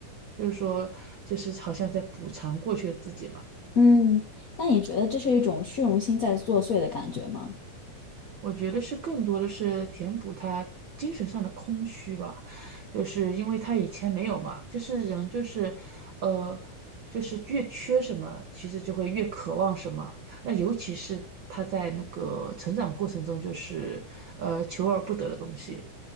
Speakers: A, on the right (about 55°); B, on the left (about 75°).
A: 就是说，就是好像在补偿过去的自己嘛。
B: 嗯，那你觉得这是一种虚荣心在作祟的感觉吗？
A: 我觉得是更多的是填补他精神上的空虚吧，就是因为他以前没有嘛，就是人就是，呃，就是越缺什么，其实就会越渴望什么。那尤其是他在那个成长过程中，就是呃求而不得的东西，